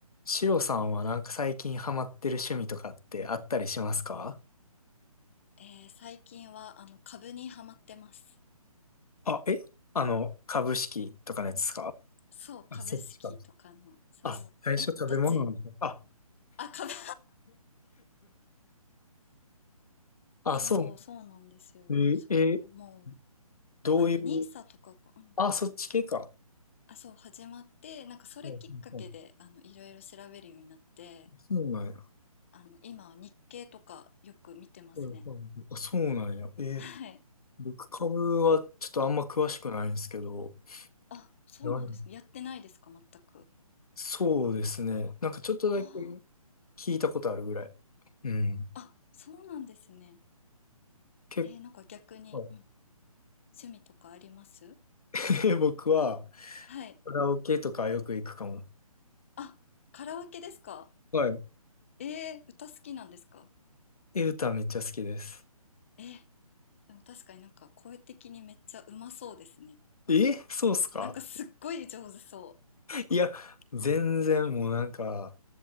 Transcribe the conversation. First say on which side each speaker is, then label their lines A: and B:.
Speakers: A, on the left (about 70°); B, on the left (about 20°).
A: シロさんはなんか最近ハマってる趣味とかってあったりしますか
B: えー、最近はあの株にハマってます。
A: あ、えあの、株式とかのやつですか
B: そう、
A: あ、
B: 株式とかの。
A: そっちか。
B: そう。
A: あ、最初食べ物なんだ。
B: え、どっち
A: あ、
B: あ、株 <laughs>
A: あ、
B: そう、
A: そう。
B: そうなんですよ。
A: えー、
B: そう、
A: えー
B: もう、
A: どういう、
B: あの、ニーサとかが、うん。
A: あ、そっち系か。
B: あ、そう、始まって、なんかそれきっかけで、
A: うんうんうん、
B: あの、いろいろ調べるようになって、
A: そうなんや。
B: あの、今は日経とかよく見てますね。
A: うんうんうんあ、そうなんや。えー
B: はい。
A: 僕株はちょっとあんま詳しくないんですけど、
B: あ、そうなんですね。
A: なん
B: やってないですか、全く。
A: そうですね。なんかちょっとだけ
B: ああ、
A: 聞いたことあるぐらい。
B: うん。
A: うん。
B: あ、そうなんですね。
A: 結
B: えー、なんか逆に、
A: 構、
B: うん、趣味とかあります
A: <laughs> 僕は、
B: はい。
A: カラオケとかよく行くかも。
B: あ、カラオケですか
A: はい。
B: えー、歌好きなんですか
A: え、歌めっちゃ好きです。
B: えー、でも確かになんか声的にめっちゃうまそうですね。
A: え、そうっすか
B: なんかすっごい上手そ
A: いや、全然もうなんか、